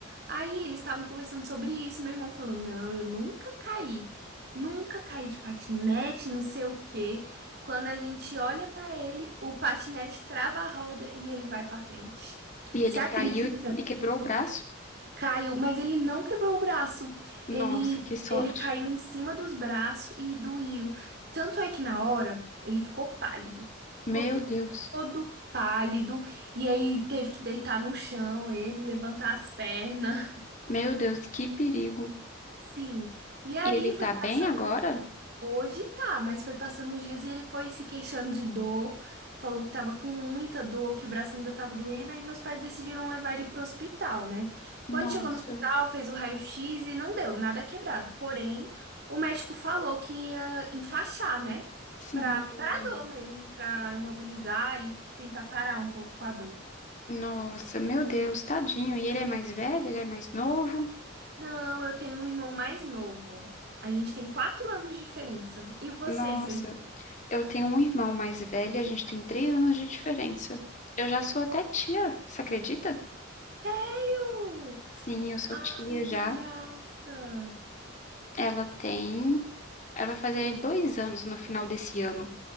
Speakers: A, on the right (about 50°); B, on the left (about 35°).
A: Aí eles estavam conversando sobre isso. Meu irmão falou: Não, eu nunca caí, nunca caí de patinete, não sei o quê. Quando a gente olha pra ele, o patinete trava a roda e ele vai pra frente.
B: E
A: Você
B: ele
A: acredita?
B: caiu e quebrou o braço?
A: Caiu, mas ele não quebrou o braço.
B: Nossa,
A: Ele,
B: que sorte.
A: ele caiu em cima dos braços e doía. Tanto é que na hora ele ficou pálido. Ficou
B: Meu Deus,
A: todo pálido. E aí teve que deitar no chão, ele levantar as pernas.
B: meu Deus, que perigo.
A: Sim. E aí
B: E ele
A: foi
B: tá
A: passando.
B: bem agora?
A: Hoje tá, mas foi passando os dias e ele foi se queixando de dor, falou que tava com muita dor, que o braço ainda tava doendo, aí meus pais decidiram levar ele pro hospital, né? Quando
B: Nossa,
A: chegou no hospital, fez o raio-x e não deu, nada quebrado. Porém, o médico falou que ia enfaixar, né?
B: sim,
A: Pra,
B: entendi.
A: pra dor mesmo, pra imobilizar e tentar parar um pouco com a dor.
B: Nossa, meu Deus, tadinho. E ele é mais velho? Ele é mais novo?
A: Não, eu tenho um irmão mais novo. A gente tem quatro anos de diferença. E vocês,
B: Nossa,
A: seu irmão?
B: eu tenho um irmão mais velho, a gente tem três anos de diferença. Eu já sou até tia, você acredita?
A: Sério?
B: Sim, eu sou tia
A: Ai, que
B: já.
A: graça!
B: Ela tem. Ela vai fazer dois anos no final desse ano.